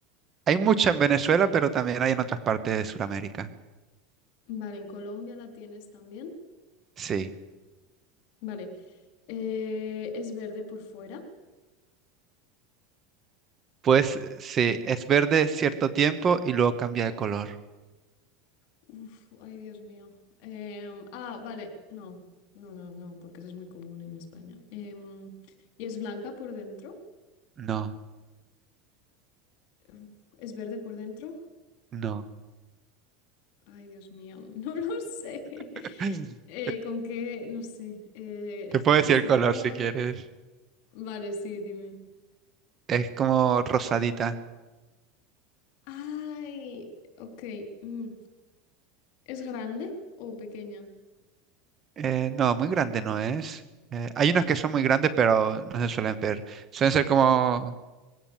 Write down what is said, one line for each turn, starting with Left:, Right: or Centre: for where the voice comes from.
Right: Hay mucha en Venezuela, pero también hay en otras partes de Sudamérica.
Left: Vale, en Colombia la tienes también.
Right: Sí.
Left: Vale, eh, es verde por fuera.
Right: Pues sí, es verde cierto tiempo y luego cambia de color.
Left: Uf, ay, Dios mío. Em, ah, vale, no, no, no, no, porque eso es muy común en España. Em, ¿y es blanca por dentro?
Right: No,
Left: Uf, ¿Es verde por dentro?
Right: no.
Left: Ay, Dios mío, <laughs> no lo sé. <laughs>
Right: <laughs>
Left: Eh, ¿con qué? No sé. Eh,
Right: Te puedo decir
Left: se
Right: el color
Left: toma...
Right: si quieres.
Left: Vale, sí, dime.
Right: Es como rosadita.
Left: Ay, ok. mm. ¿Es grande o pequeña?
Right: Eh, no, muy grande no es. Eh, hay unas que son muy grandes, pero no se suelen ver. Suelen ser como